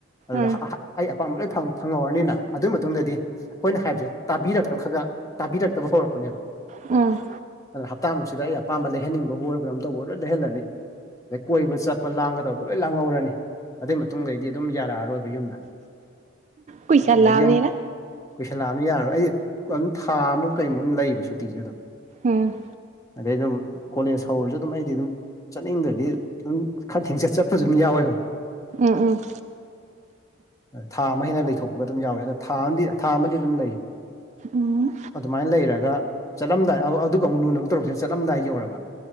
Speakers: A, on the left; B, on the right.
A: ꯑꯗꯨꯗ
B: ꯎꯝ
A: ꯑꯩ ꯑꯄꯥꯝꯕ ꯂꯣꯏ ꯐꯪꯍꯧꯔꯅꯤꯅ ꯑꯗꯨꯒꯤ ꯃꯇꯨꯡꯗꯗꯤ ꯑꯩꯈꯣꯏꯅ ꯍꯥꯏꯕꯁꯦ ꯇꯥꯕꯤꯔꯛꯇ ꯈꯒ ꯇꯥꯕꯤꯔꯛꯇꯕ ꯍꯧꯔꯛꯄꯅꯦꯕ
B: ꯎꯝ
A: ꯑꯗꯨꯗ ꯍꯞꯇꯥꯃꯨꯛꯁꯤꯗ ꯑꯩ ꯑꯄꯥꯝꯕ ꯂꯩꯍꯟꯅꯤꯡꯕꯕꯨ ꯑꯣꯏꯔ ꯀꯩꯅꯣꯝ ꯇꯧꯕ ꯂꯣꯏ ꯂꯩꯍꯜꯂꯅꯤ ꯑꯗꯩ ꯀꯣꯏꯕ ꯆꯠꯄ ꯂꯥꯡꯒꯗꯧꯕ ꯂꯣꯏ ꯂꯥꯡꯍꯧꯔꯅꯤ ꯑꯗꯨꯏ ꯃꯇꯨꯡꯗꯗꯒꯤꯗꯤ ꯑꯗꯨꯝ ꯌꯥꯔꯛꯑꯔꯣꯏꯕ ꯌꯨꯝꯗ
B: ꯀꯨꯏꯁꯜꯂꯛꯑꯕꯅꯤꯅ
A: ꯑꯗꯒꯤ ꯑꯃꯨꯛ ꯀꯨꯏꯁꯟꯂꯛꯑꯝꯅꯤꯑ ꯌꯥꯔꯔꯣꯏ ꯑꯩ ꯑꯗꯨꯝ ꯊꯥꯃꯨꯛ ꯀꯩꯃꯨꯛ ꯂꯩꯕ ꯁꯨꯇꯤꯁꯤ ꯑꯗꯨꯝ
B: ꯎꯝ
A: ꯑꯗꯩ ꯑꯗꯨꯝ ꯀꯣꯂꯦꯖ ꯍꯧꯔꯁꯨ ꯑꯗꯨꯝ ꯑꯩꯗꯤ ꯑꯗꯨꯝ ꯆꯠꯅꯤꯡꯗ꯭ꯔꯗꯤ ꯑꯗꯨꯝ ꯈꯔ ꯊꯦꯡꯆꯠ ꯆꯠꯄꯁꯨ ꯑꯗꯨꯝ ꯌꯥꯎꯋꯦꯕ
B: ꯎꯝ ꯎꯝ
A: ꯊꯥ ꯑꯃ ꯍꯦꯟꯅ ꯂꯩꯊꯣꯛꯄꯒ ꯑꯗꯨꯝ ꯌꯥꯎꯏꯦ ꯑꯗꯣ ꯊꯥ ꯑꯃꯗꯤ ꯊꯥ ꯑꯃꯗꯤ ꯑꯗꯨꯝ ꯂꯩ
B: ꯎꯝ
A: ꯑꯗꯨꯃꯥꯏꯅ ꯂꯩꯔꯒ ꯆꯠꯂꯝꯗꯥꯏ ꯑꯗꯨꯒ ꯑꯃꯨꯛ ꯂꯨ ꯅꯨꯛ ꯇꯧꯔꯛꯁꯤꯅ ꯆꯠꯂꯝꯗꯥꯏ ꯌꯧꯔꯕ